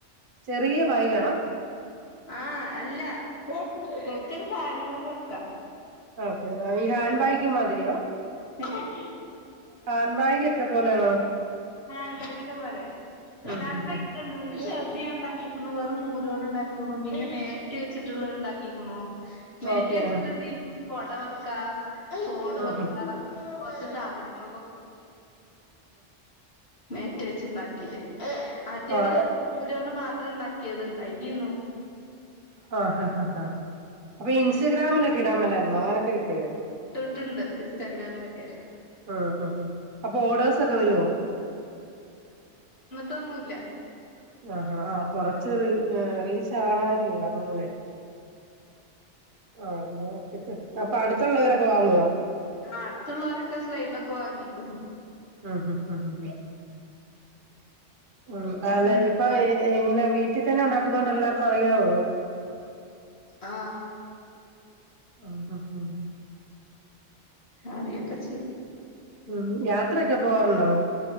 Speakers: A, on the right; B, on the left.
A: ചെറിയ പൈഗാ
B: ആഹ അല്ല ഇപ്പൊ കൊറച്ചൊക്കെ സാധനങ്ങളൊക്കെ വെക്കാ
A: ക്കെ ഈ ഹാൻഡ് ബാഗ മാതിരിയോ
B: ഏഹ്
A: ഹാന്ബാഗ് ഒക്കെ പോലെയാണോ
B: ണ്ടതിന്റെ പോലെ
A: ഉം
B: രണ്ടായിട്ടോ
A: ഉം ഉം
B: ഒന്ന് ഷെബിണ്ടാക്കി വെറും നൂല് കൊണ്ട്ണ്ടാക്കി പിന്നെ മേറ്റ് വെച്ചിട്ടുള്ള ഉണ്ടാക്കിക്‌ണോ മേറ്റ്
A: ഓക്കെ
B: വെച്ചിട്ട്ണ്ടെ
A: ആ
B: കൊട വക്ക ഫോണ്
A: ആ ആ
B: വെക്ക കൊറച്ച് സാധനങ്ങളൊക്കെ മേറ്റ വെച്ചണ്ടാക്കിട്ട് മറ്റേത്
A: ആ ആ ആ ആ
B: വെർ നൂലോണ്ട് മാത്രം ഉണ്ടാക്കിയത്ണ്ട യിന്നു
A: ആഹ ഹ ഹ ഹാ അപ്പൊ ഇൻസ്റ്റഗ്രാമിലൊക്കെ ഇടാൻ പല അങ്ങനൊക്കെ കിട്ടിയേ
B: ണ്ട് ഇൻസ്റ്റാഗ്രാമിലൊക്കെ
A: ആ ഹ അപ്പൊ ഓഡേഴ്സ് ഒക്കെ വരുവോ
B: തൊന്നുല്ല
A: ആ ആ കൊറച്ചറി എ അയില് ഷാണായിരിക്കും കണംല്ലേ ആ ട്ട് അപ്പൊ അടുത്തുള്ളവരൊക്കെ വാങ്ങോ
B: ആ അടുത്തുള്ളവരൊക്കെ സ്ലൈഡൊക്കെ വാങ്ങിക്ക്ണു
A: ആ ഹ ഹ ഉ അല്ല
B: ഉം
A: ഇപ്പൊ ഇങ്ങനെ വീട്ടിൽ തന്നെ ഉണ്ടാക്കുന്ന കൊണ്ട് എല്ലാർക്കും അറിയാവോ
B: ആ
A: ആ ആ ആഹ്
B: അറിയൊക്കെ ചെയ്യും
A: ഉം യാത്രയോ ക്ക പോവാറുണ്ടോ